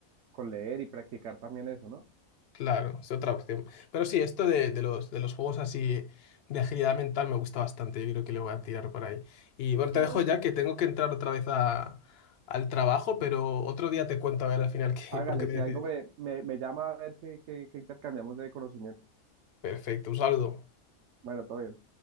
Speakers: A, on the right; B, on the left.
A: con leer y practicar también eso, ¿no?
B: Claro, es otra opción. Pero sí, esto de, de los, de los juegos así de agilidad mental me gusta bastante. Yo creo que le voy a tirar por ahí. Y bueno,
A: Claro,
B: te dejo
A: sí.
B: ya que tengo que entrar otra vez a- al trabajo, pero otro día te cuento a ver al final <laughs> qué,
A: Hágale,
B: por qué me
A: si algo
B: decido.
A: me, me, me llama a ver qué, qué, qué intercambiamos de conocimiento.
B: Perfecto, un saludo.
A: Bueno, todo bien.